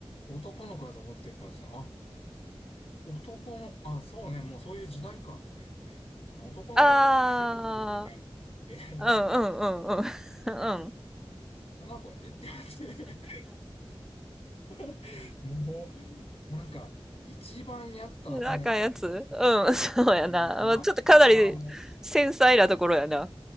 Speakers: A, on the left; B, in the centre.
A: 男の子やと思ってるからさ、あ男の、あ、そうね、もうそういう時代か、とか言って、男の子でも、
B: あ
A: どれこれするにゃって言って、
B: あ、うん。うん。うん。
A: <laughs>
B: うん。
A: え、
B: うん。
A: 女の子やでって言われて、<laughs> もう、なんか、一番やったらあかんやつやん。
B: あかんやつうん、<laughs> そうやな。
A: うん、
B: まあちょっとかなり繊細なところやな。
A: もう赤ちゃんはも